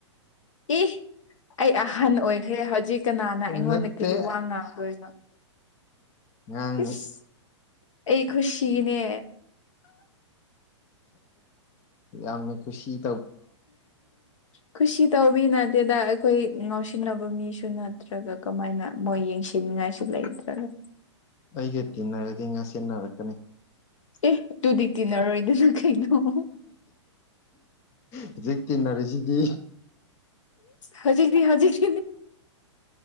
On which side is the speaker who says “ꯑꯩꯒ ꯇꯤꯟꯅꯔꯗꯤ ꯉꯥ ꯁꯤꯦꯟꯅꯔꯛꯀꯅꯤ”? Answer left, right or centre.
Left